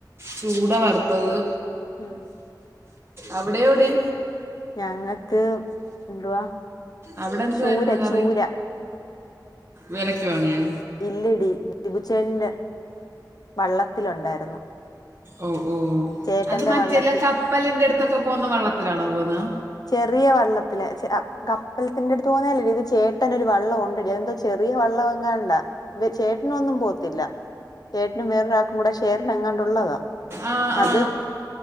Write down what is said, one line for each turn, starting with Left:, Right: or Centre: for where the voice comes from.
Right: ചൂട വറുത്തത്
Left: ആഹ്
Right: അവിടെയൊ ടീ
Left: ഞങ്ങക്ക് എന്തുവാ
Right: അവിടെ എന്തുവായിരുന്നു
Left: ചൂര
Right: കറി?
Left: ചൂര
Right: വെലക്ക് വാങ്ങിയോ
Left: ഇല്ലടി ദിപുചേട്ന്റെ വള്ളത്തിലുണ്ടായിരുന്നു
Right: ഓഹ് ഓഹ്
Left: ചേട്ടന്റെ
Right: അത് മറ്റേല്ല
Left: വള്ളത്തിൽ
Right: കപ്പലിന്റെ അടുത്തൊക്കെ പോകുന്ന വള്ളത്തിലാണോ പോകുന്ന്
Left: ചെറിയ വള്ളത്തിലെ ചെ അ കപ്പലത്തിന്റെടുത്ത് പോവുന്ന അല്ലടി ഇത് ചേട്ടനൊരു വള്ള ഒണ്ടെടി അയെന്തോ ചെറിയ വള്ള എങ്ങാണ്ടാ വെ ചേട്ടനൊന്നും പോവത്തില്ല ചേട്ടനും വേറൊരാക്കും കൂടെ ഷേർലെങ്ങാണ്ടുള്ളതാ
Right: ആ ആ
Left: അത്